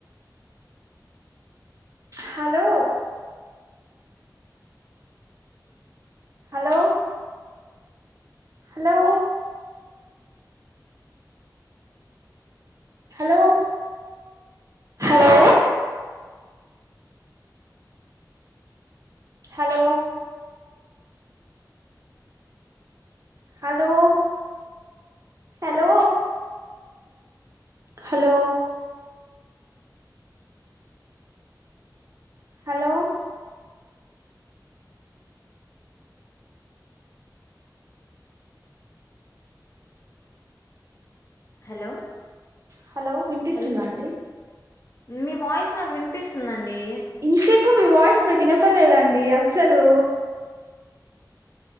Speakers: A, on the right; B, on the left.
A: hello hello hello hello hello hello hello hello hello hello
B: hello
A: hello వినిపిస్తుందా
B: హలో!
A: అండి
B: మీ వాయిస్ నాకు వినిపిస్తుందం అండి
A: ఇంతసేపు మీ వాయిస్ నాకు వినపలేదండి అస్సలు